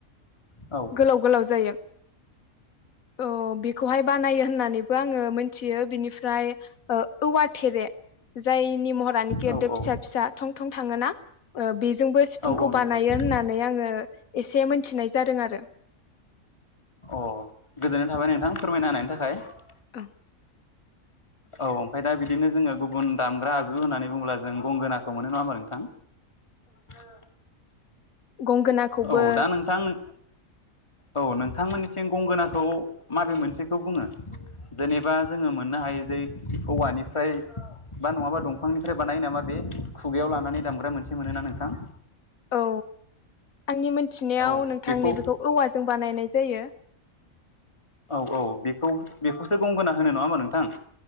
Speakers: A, on the left (about 20°); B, on the left (about 90°).
A: औ
B: गोलाव गोलाव जायो औ बेखौहाय बानायो होननानैबो आङो मोनथियो बिनिफ्राय ओ औवा थेरे जायनि महर आनोखि
A: औ
B: एद' फिसा
A: औ
B: फिसा थं थं थाङोना ओ बे जोंबो सिफुंखौ
A: औ औ नंगौ
B: बानायो
A: नोंथां
B: होननानै आङो एसे मोनथिनाय जादों आरो ।
A: अ गोजोननाय थाबाय नोंथां फोरमायना हानायनि थाखाय ।
B: ओं ।
A: औ ओमफ्राय दा बिदिनो जोङो गुबुन दामग्रा आगु होननानै बुङोब्ला जों गंगोनाखौ मोनो नङा होमबा नोंथां? औ <unintelligible>
B: गंगोनाखौबो
A: औ दा नोंथां नों औ नोंथांमोननिथिं गंगोनाखौ माबे मोनसेखौ बुङो? जेनेबा जोङो मोननो हायो जे औवानिफ्राय बा नङाबा दंफांनिफ्राय बानायो नामा बे खुगायाव लानानै दामग्रा मोनसे मोनोना नोंथां ।
B: औ आंनि मोनथिनायाव
A: औ
B: नोंथां
A: बेखौ
B: नैबेखौ औवाजों बानायनाय जायो । बेयो
A: औ औ बेखौ बेखौसो गंगोना होनो नङा होमबा नोंथां?